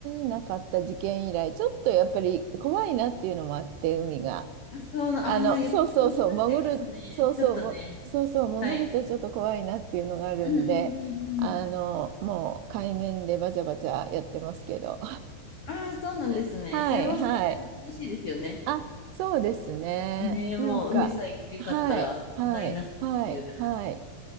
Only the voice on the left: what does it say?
あそうな、
ああ、やっぱそうなっちゃいますね。
ちょっとね。
はい。うんうんうんうん。
ああ、そうなんですね。
それはそれで楽しいですよね。
ねえ、
もう海さえ切り替わったら問題なしっていう。